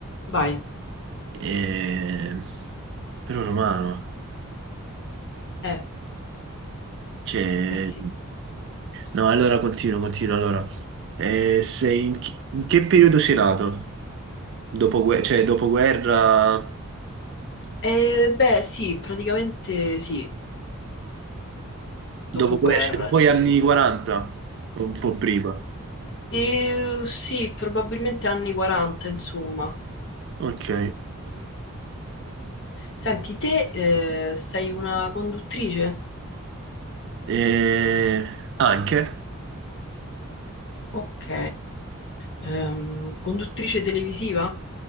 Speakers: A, on the left (about 55°); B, on the right (about 55°).
A: Vai.
B: Eh, Però Romano,
A: Eh,
B: cioè...
A: eh sì.
B: No, allora continuo, continuo, allora. Eh, sei in, chi- in che periodo sei nato? Dopoguerra, cioè dopoguerra,
A: Eh, beh, sì, praticamente sì,
B: dopoguerra,
A: dopoguerra,
B: cioè dopo
A: sì.
B: gli anni 40, o un po' prima.
A: E, sì, probabilmente anni 40, insomma.
B: Ok.
A: Senti, te eh, sei una conduttrice?
B: Eh, Anche?
A: Ok. Ehm, conduttrice televisiva?